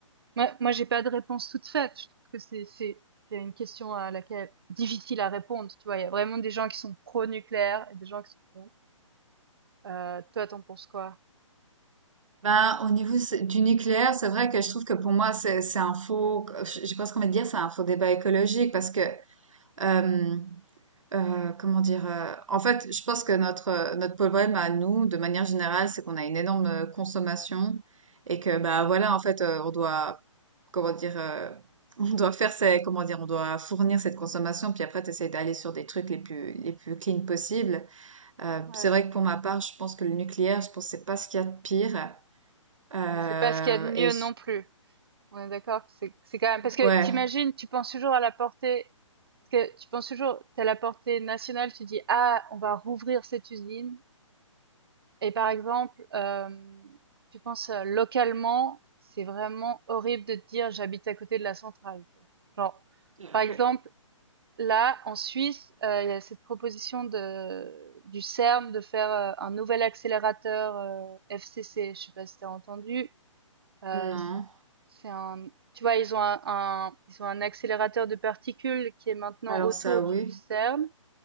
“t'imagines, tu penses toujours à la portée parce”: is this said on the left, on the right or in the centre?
Right